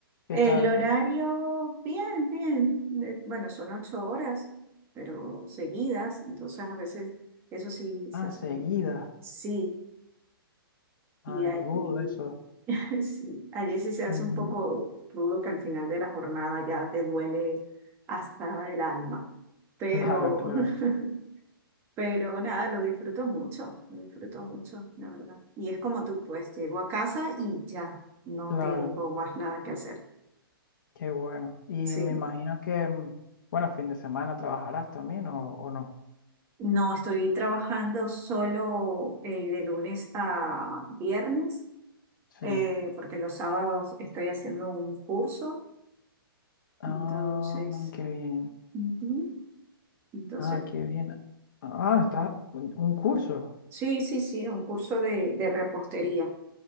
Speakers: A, on the left; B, on the right.
A: ¿Qué
B: El
A: tal?
B: horario, bien, bien. eh, Bueno, son ocho horas, pero seguidas, entonces a veces eso sí se
A: Ah,
B: hace
A: seguida.
B: un... Sí,
A: Ah,
B: y allí,
A: es rudo eso.
B: <laughs> sí, allí sí se hace
A: Ujú.
B: un poco rudo que al final de la jornada ya te duele hasta el alma. Pero,
A: Claro, claro,
B: <laughs> pero nada, lo disfruto mucho, lo disfruto mucho, la verdad. Y es como tú, pues llego a casa y ya, no
A: claro.
B: tengo más nada que hacer.
A: Qué bueno. Y
B: Sí.
A: me imagino que, mm, bueno, fin de semana trabajarás también o, o no.
B: No, estoy trabajando solo eh, de lunes a viernes,
A: Sí.
B: eh, porque los sábados estoy haciendo un curso.
A: Ah,
B: Entonces,
A: qué bien.
B: ujú, entonces,
A: Ah, qué bien. Ah, está un un curso.
B: sí, sí, sí, un curso de, de repostería.